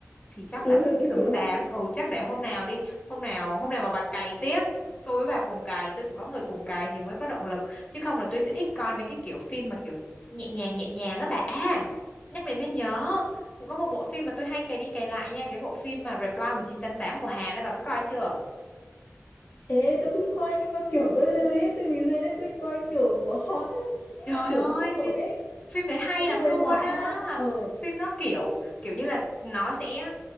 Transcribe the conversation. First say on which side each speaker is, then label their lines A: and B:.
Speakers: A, on the left; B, on the left.
A: Thì chắc
B: ừ,
A: là cũng
B: hình như
A: xứng
B: kiểu là
A: đáng. Ừ chắc để hôm nào đi, hôm nào hôm nào mà bà cày tiếp, tôi với bà cùng cày, tôi phải có người cùng cày thì mới có động lực, chứ không là tôi sẽ thích coi mấy cái kiểu phim mà kiểu nhẹ nhàng nhẹ nhàng á bà. À, nhắc đến mới nhớ cũng có một bộ phim mà tôi hay cày đi cày lại nha cái bộ phim mà Reply 1988 của Hàn ấy bà có coi chưa
B: ê tôi cũng coi nhưng mà kiểu tôi lười ấy tôi bị lười nên tôi coi kiểu bỏ sót ấy nhưng
A: Trời
B: mà kiểu
A: ơi
B: nó cũng nổi
A: phim
B: ấy
A: phim đấy hay
B: cũng
A: lắm
B: huyền
A: luôn
B: thoại
A: á
B: ha ờ
A: phim nó kiểu kiểu như là nó sẽ